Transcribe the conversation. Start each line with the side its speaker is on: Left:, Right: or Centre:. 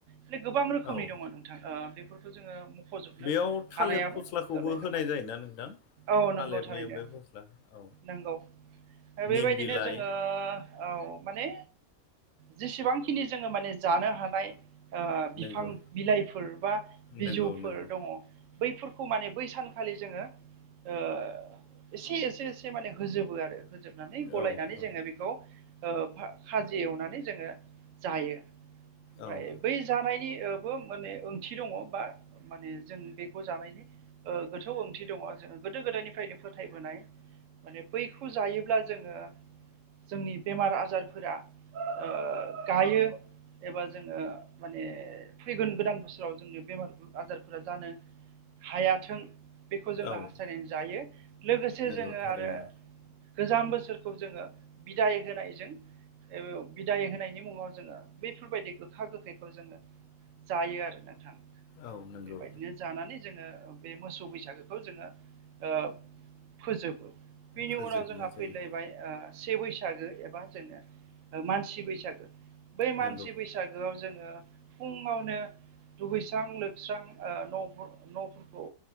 Right: माने गोबां रोखोमनि
Left: औ
Right: दङ नोंथां बेफोरखौ जोङो मुख'जोबनो
Left: बेयाव थालिर
Right: हानायाबो
Left: फस्लाखौबो
Right: गोरलै
Left: होनाय
Right: नङा।
Left: जायोना नोंथां
Right: औ
Left: थालिरनि
Right: नंगौ थारैनो
Left: बे फस्ला औ
Right: नंगौ ओ बेबायदिनो
Left: निम बिलाइ
Right: जोङो औ माने जेसेबांखिनि जोङो माने जानो हानाय ओ बिफां
Left: नंगौ
Right: बिलाइफोर बा बिजौफोर
Left: नंगौ नंगौ
Right: दङ बैफोरखौ माने बै सानखालि जोङो ओ एसे एसे एसे माने होजोबो आरो। होजोबनानै गलायनानै
Left: औ औ
Right: जोङो बेखौ ओ फा-खाजि एवनानै जोङो जायो। ओमफ्राय
Left: औ
Right: बै जानाय याबो माने ओंथि दङ बा माने जों बेखौ जानायनि ओ गोथौ ओंथि दङ। जोङो गोदो गोदायनिफ्रायनो फोथायबोनाय माने बैखौ जायोब्ला जोङो जोंनि बेमार आजारफोरा ओ गायो। एबा जोङो माने फैगोन गोदान बोसोराव जोंनि बेमार आजारफोरा जानो हायाथों बेखौ जोङो
Left: औ
Right: हास्थायनानै जायो लोगोसे
Left: नंगौ
Right: जोङो
Left: थारैनो
Right: आरो गोजाम बोसोर फोर खौ जोङो बिदाय होनाय जों बिदाय होनायनि मुङाव जोङो बैफोरबायदि गोखा गोखैखौ जोङो जायो आरो नोंथां
Left: औ नंगौ
Right: बेबायदिनो जानानै जोङो बे मोसौ बैसागोखौ जोङो ओ फोजोबो बिनि
Left: फोजोबनाय
Right: उनाव जोंहा
Left: जायो
Right: फैलायबाय ओ से बैसागो एबा जोङो ओ मानसि बैसागो बै मानसि
Left: नंगौ
Right: बैसागोआव जों फुङावनो दुगैस्रां लोबस्रां ओ न' न'फोरखौ